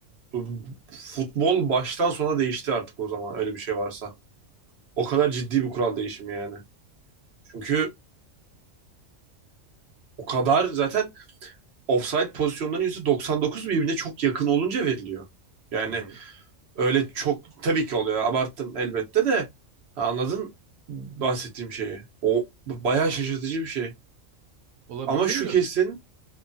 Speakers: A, on the right (about 60°); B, on the right (about 80°).
A: Bu futbol baştan sona değişti artık o zaman öyle bir şey varsa. O kadar ciddi bir kural değişimi yani. Çünkü o kadar zaten offside pozisyonlarının pozisyonların %99 birbirine çok yakın olunca veriliyor. Yani
B: Hı hı.
A: öyle çok tabii ki oluyor. Abarttım elbette de Ha, anladın bahsettiğim şeyi. O bayağı şaşırtıcı bir şey.
B: Valla
A: Ama
B: bilmiyorum
A: şu
B: da
A: kesin